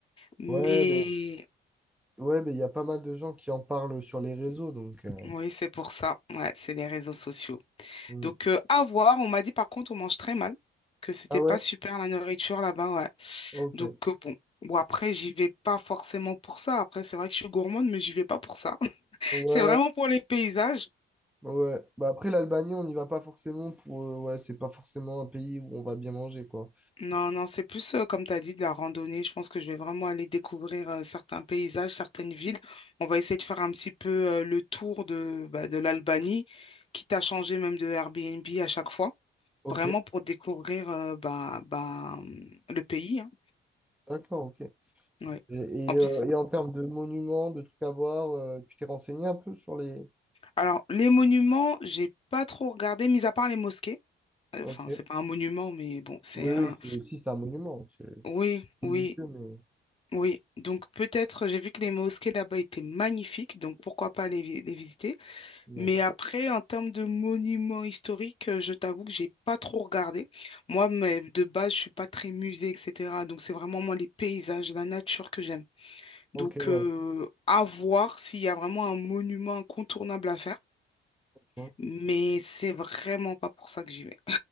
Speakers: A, on the left; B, in the centre.
A: mais
B: Ouais, ben ouais, ben, il y a pas mal de gens qui en parlent sur les réseaux, donc. euh,
A: oui, c'est pour ça. Ouais, c'est les réseaux sociaux.
B: mm.
A: Donc, euh, à voir. On m'a dit, par contre, on mange très mal, que c'était
B: Ah
A: pas
B: ouais?
A: super la nourriture là-bas, ouais.
B: Ok.
A: Donc, euh, bon. Bon, après, j'y vais pas forcément pour ça. Après, c'est vrai que je suis gourmande, mais j'y vais pas pour ça. <laughs>
B: Ouais,
A: C'est vraiment pour les paysages.
B: ouais. Bah après l'Albanie, on n'y va pas forcément pour. euh, ouais, c'est pas forcément un pays où on va bien manger, quoi.
A: Non, non, c'est plus, euh, comme tu as dit, de la randonnée. Je pense que je vais vraiment aller découvrir euh, certains paysages, certaines villes. On va essayer de faire un petit peu euh, le tour de, bah, de l'Albanie, quitte à changer même de Airbnb à chaque fois,
B: Ok,
A: vraiment pour découvrir euh, bah, bah, hum, le pays. hein.
B: d'accord, ok. Et,
A: Oui.
B: et,
A: En plus,
B: euh, et en termes de monuments, de trucs à voir, euh, tu t'es renseigné un peu sur les...
A: alors, les monuments, j'ai pas trop regardé, mis à part les mosquées. Enfin,
B: Ok.
A: c'est pas un monument, mais bon, c'est
B: Oui, oui,
A: un.
B: c'est, si, c'est un monument, c'est
A: Oui,
B: religieux,
A: oui,
B: mais...
A: oui. Donc, peut-être, j'ai vu que les mosquées là-bas étaient magnifiques, donc pourquoi pas les, vi- les visiter.
B: D'accord.
A: Mais après, en termes de monuments historiques, euh, je t'avoue que j'ai pas trop regardé. Moi, mais de base, je suis pas très musée, etc. Donc, c'est vraiment moi les paysages, la nature que j'aime.
B: Ok,
A: Donc,
B: ouais,
A: euh, à voir s'il y a vraiment un monument incontournable à faire.
B: ok.
A: mais c'est vraiment pas pour ça que j'y vais.